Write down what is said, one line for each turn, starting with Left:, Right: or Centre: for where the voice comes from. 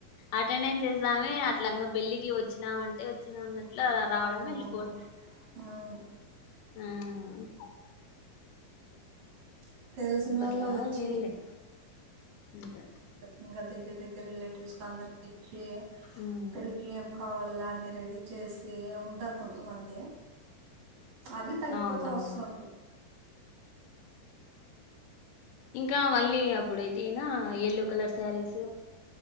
Left: అటెండెన్స్ చేస్తామే అట్లా ఇంగ పెళ్ళికి వచ్చినామంటే వచ్చినా అన్నట్టు ఇట్లా రావడము
Right: అవునవును
Left: వెళ్ళిపోవడము
Right: అవును
Left: ఆ ఉ <unintelligible>
Right: <inaudible> తెలిసిన
Left: అప్పట్లా
Right: వాళ్లే వచ్చి
Left: లేదులే అంత
Right: ఇంకా దగ్గర దగ్గర రిలేటివ్స్ అందరికీ ఇచ్చి
Left: ఉమ్
Right: పెళ్లికి కావాల అన్ని రెడీ చేసి ఉంటారు కొంతమంది అది తగ్గిపోతా
Left: అవునవును
Right: వస్త ఉంది
Left: ఇంకా మళ్ళీ అప్పుడైతేనా యల్లో కలర్ శారీస్